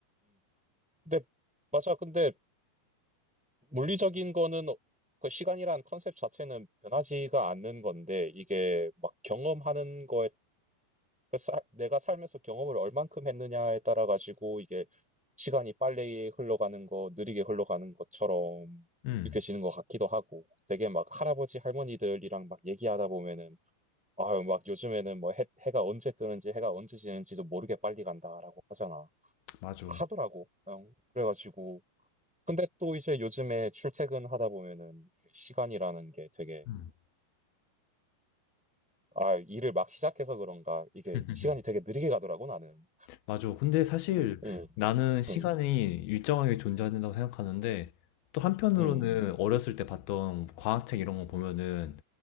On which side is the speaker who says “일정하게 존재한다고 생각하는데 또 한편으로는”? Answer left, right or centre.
Left